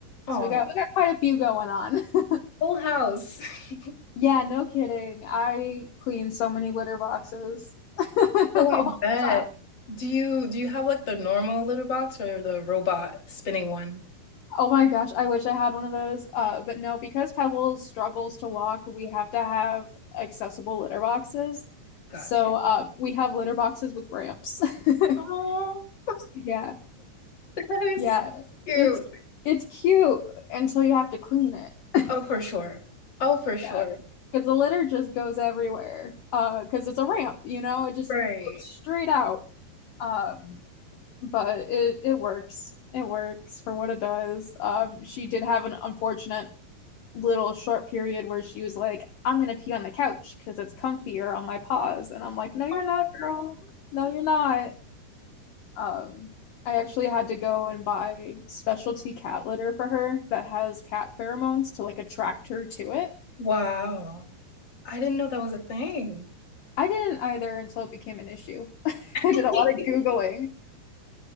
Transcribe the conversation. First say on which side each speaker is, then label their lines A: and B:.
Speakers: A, on the left (about 30°); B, on the left (about 65°).
A: Oh,
B: So we got we got quite a few going on. <laughs>
A: whole house. <laughs>
B: Yeah, no kidding. I clean so many litter boxes <laughs> all
A: Oh, I bet.
B: the time.
A: Do you do you have like the normal litter box or the robot spinning one?
B: Oh my gosh, I wish I had one of those. Uh, but no, because Pebbles struggles to walk, we have to have accessible litter boxes.
A: Gotcha.
B: So uh, we have litter boxes with ramps.
A: Oh,
B: <laughs>
A: <laughs>
B: Yeah,
A: that is
B: yeah.
A: cute.
B: It's it's cute until you have to clean it. <laughs>
A: Oh, for sure. Oh, for sure.
B: Yeah, because the litter just goes everywhere. Uh, because it's a ramp, you know, it just
A: Right.
B: goes straight out. Um, but it it works. It works for what it does. Um, she did have an unfortunate little short period where she was like, "I'm gonna pee on the couch because it's comfier on my paws," and I'm like, "No, you're
A: Oh,
B: not, girl. No, you're not." Um, I actually had to go and buy specialty cat litter for her that has cat pheromones to like attract her to it.
A: wow. I didn't know that was a thing.
B: I didn't either until it became an issue. <laughs>
A: <laughs>
B: I did a lot of Googling.